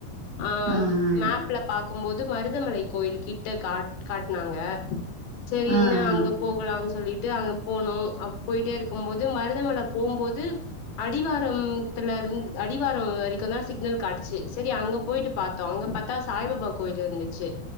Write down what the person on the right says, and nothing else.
ம் ம்
ம் ம்